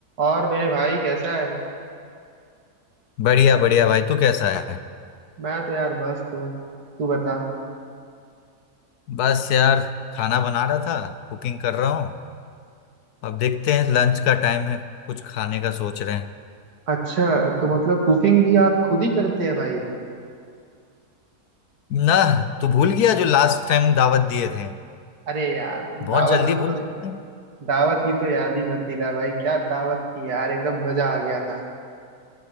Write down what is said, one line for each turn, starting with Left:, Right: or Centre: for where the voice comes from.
Right: और मेरे भाई कैसा है
Left: बढ़िया बढ़िया भाई तू कैसा है
Right: मैं तो यार मस्त हूँ तू बता
Left: बस यार खाना बना रहा था कुकिंग कर रहा हूँ अब देखते हैं लंच का टाइम है कुछ खाने का सोच रहे हैं
Right: अच्छा तो मतलब कुकिंग भी आप खुद ही करते हैं भाई
Left: ना तू भूल गया जो लास्ट टाइम दावत दिए थे
Right: अरे यार दावत
Left: बहुत जल्दी
Right: की तो
Left: भूल जाते हैं
Right: दावत की तो याद ही मत दिला भाई क्या दावत थी यार एकदम मजा आ गया था